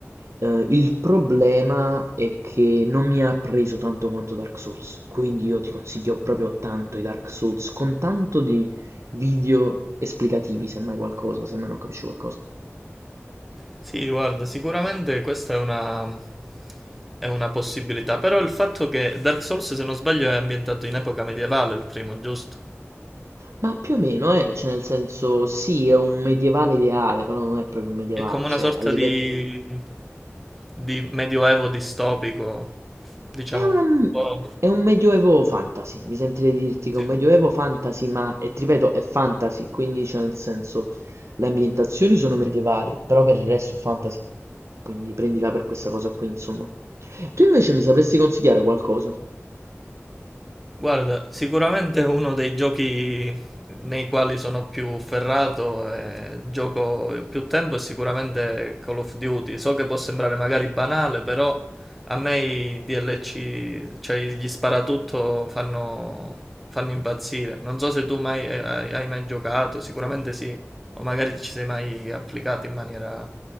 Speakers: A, on the right; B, in the centre.
A: Eh, il problema è che non mi ha preso tanto quanto Dark Souls, quindi io ti consiglio proprio tanto i Dark Souls, con tanto di video esplicativi, semmai qualcosa, semmai non capisci qualcosa.
B: Sì, guarda, sicuramente questa è una, è una possibilità. Però il fatto che Dark Souls, se non sbaglio, è ambientato in epoca medievale, il primo, giusto?
A: Ma più o meno, eh, cioè nel senso, sì, è un medievale ideale, però non è proprio un medievale,
B: È come una
A: cioè
B: sorta
A: a livello...
B: di, di medioevo distopico, diciamo,
A: È una
B: un po',
A: è un medioevo fantasy, mi sentirei di dirti che
B: sì.
A: è un medioevo fantasy, ma e ti ripeto, è fantasy, quindi c'è nel senso le ambientazioni sono medievali, però per il resto è fantasy. Quindi prendila per questa cosa qui, insomma. Tu invece mi sapresti consigliare qualcosa?
B: Guarda, sicuramente uno dei giochi nei quali sono più ferrato e gioco più tempo è sicuramente Call of Duty. So che può sembrare magari banale, però a me i DLC, cioè gli sparatutto fanno, fanno impazzire. Non so se tu mai, eh, hai, hai mai giocato, sicuramente sì, o magari ci sei mai applicato in maniera...